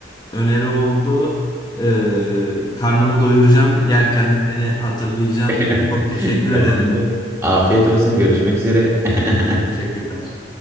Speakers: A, on the left; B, on the right.
A: öneri oldu. E, karnımı doyuracağım. Yerken de seni hatırlayacağım.
B: <laughs>
A: Çok teşekkür
B: Tamamdır.
A: ederim.
B: Afiyet olsun. Görüşmek üzere. <laughs>
A: Teşekkürler.